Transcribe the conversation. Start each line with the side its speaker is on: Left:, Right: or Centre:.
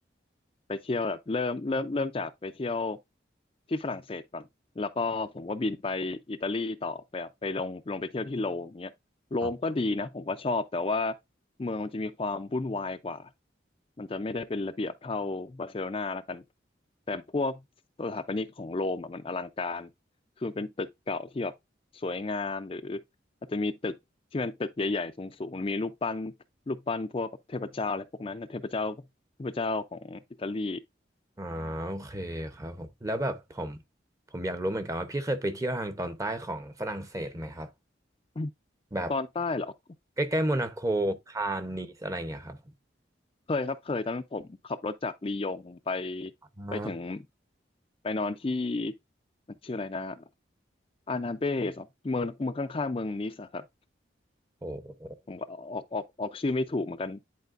Left: ไปเที่ยวแบบเริ่มเริ่มเริ่มจากไปเที่ยวที่ฝรั่งเศสก่อนแล้วก็ผมก็บินไปอิตาลีต่อไปแบบไปลงลงไปเที่ยวที่โรมเงี้ยโรมก็ดีนะผมก็ชอบแต่ว่า
Right: อ๋อ
Left: เมืองมันจะมีความวุ่นวายกว่ามันจะไม่ได้เป็นระเบียบเท่าบาร์เซโลนาแล้วกันแต่พวกสถาปนิกของโรมอะมันอลังการคือมันเป็นตึกเก่าที่แบบสวยงามหรือ อาจจะมีตึกที่มันตึกใหญ่ๆสูงๆมันมีรูปปั้นรูปปั้นพวกเทพเจ้าอะไรพวกนั้นนะเทพเจ้าเทพเจ้าของอิตาลี
Right: อ่าโอเคครับผมแล้วแบบผมผมอยากรู้เหมือนกันว่าพี่เคยไปเที่ยวทางตอนใต้ของฝรั่งเศสไหมครับ
Left: <coughs>
Right: แบบ
Left: ตอนใต้เหรอ <coughs>
Right: ใกล้ๆโมนาโกคานนีสอะไรเงี้ยครับ
Left: เคยครับเคยตอนนั้นผมขับรถจากลียงไป
Right: อ่า
Left: ไปถึงไปนอนที่มันชื่ออะไรนะอานาเบสเหรอเมืองเมืองข้างๆเมืองนิสอะครับ
Right: โอ้โห
Left: ผมก็ออกออกออกชื่อไม่ถูกเหมือนกัน